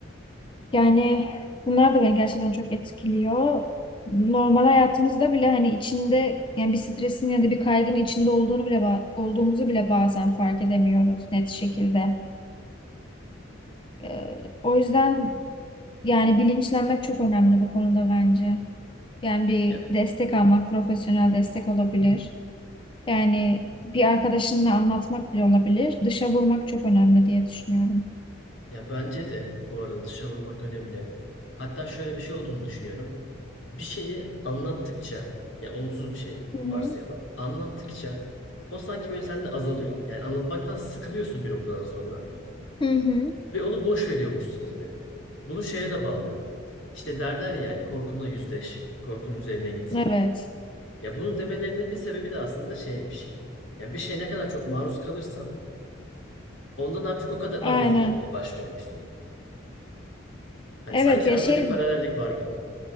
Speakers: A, on the left; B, on the left.
A: Yani bunlar da beni gerçekten çok etkiliyor. Normal hayatımızda bile hani içinde yani bir stresin ya da bir kaygının içinde olduğunu bile ba- olduğumuzu bile bazen fark edemiyoruz net şekilde. Ee, o yüzden yani bilinçlenmek çok önemli bu konuda bence. Yani bir
B: Ya,
A: destek almak, profesyonel destek olabilir. Yani bir arkadaşınla anlatmak bile olabilir. Dışa vurmak çok önemli diye düşünüyorum.
B: ya bence de bu arada dışa vurmak önemli. Hatta şöyle bir şey olduğunu düşünüyorum. Bir şeyi anlattıkça, ya olumsuz bir şey
A: Hı hı.
B: varsayalım. Anlattıkça o sanki böyle sende azalıyor. Yani anlatmaktan sıkılıyorsun bir noktadan sonra.
A: Hı hı.
B: Ve onu boş veriyormuşsun gibi. Bunu şeye de bağlıyorum. İşte derler yani korkunla yüzleş, korkun üzerine git.
A: Evet.
B: Ya bunun demelerinin bir sebebi de aslında şeymiş. Yani bir şeye ne kadar çok maruz kalırsan ondan artık o kadar
A: Aynen.
B: az etkilenmeye başlıyormuşsun. Hani
A: Evet
B: sanki
A: ya
B: arada
A: şey
B: bir paralellik var gibi.